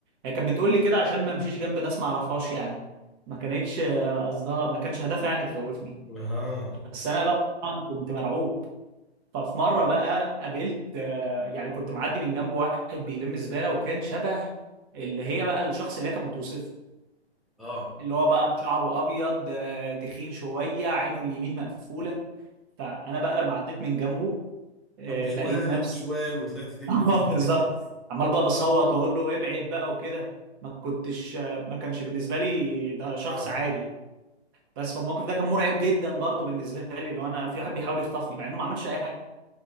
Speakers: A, on the right; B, in the centre.
A: هي كانت بتقول لي كده عشان ما امشيش جنب ناس ما اعرفهاش يعني ما كانتش آه، قصدها ما كانش هدفها يعني تخوفني
B: اه
A: بس انا بقى طبعا كنت مرعوب ففي مره بقى قابلت آه، يعني كنت معدي من جنب واحد بيلم زباله وكان شبه اللي هي بقى الشخص اللي هي كانت بتوصفه
B: اه
A: اللي هو بقى شعره ابيض آه، تخين شويه عينه اليمين مقفوله فانا بقى لما عديت من جنبه آه،
B: ابو
A: لقيت
B: شوال
A: نفسي
B: ابو شوال وطلعت
A: <laughs>
B: تجري وبتاع
A: اه بالظبط عمال بقى بصوت واقول له ابعد بقى وكده ما كنتش آه، ما كانش بالنسبه لي ده شخص
B: اه
A: عادي بس فالموقف ده كان مرعب جدا برضه بالنسبه لي لو انا في واحد بيحاول يخطفني مع انه ما عملش اي حاجه